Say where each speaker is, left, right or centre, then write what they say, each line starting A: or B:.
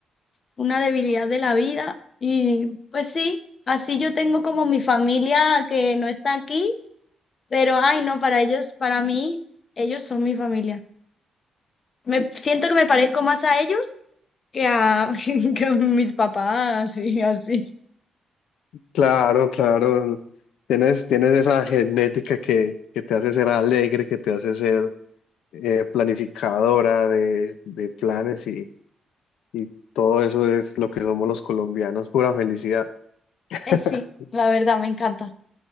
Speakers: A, on the left; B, on the left.
A: una debilidad de la vida. Y pues sí, así yo tengo como mi familia que no está aquí, pero ay, no, para ellos, para mí, ellos son mi familia. Me siento que me parezco más a ellos que a, <laughs> que a mis papás y así.
B: Claro, claro. Tienes, tienes esa genética que, que te hace ser alegre, que te hace ser eh, planificadora de, de planes y, y todo eso es lo que somos los colombianos, pura felicidad. <laughs>
A: Eh, sí, la verdad, me encanta.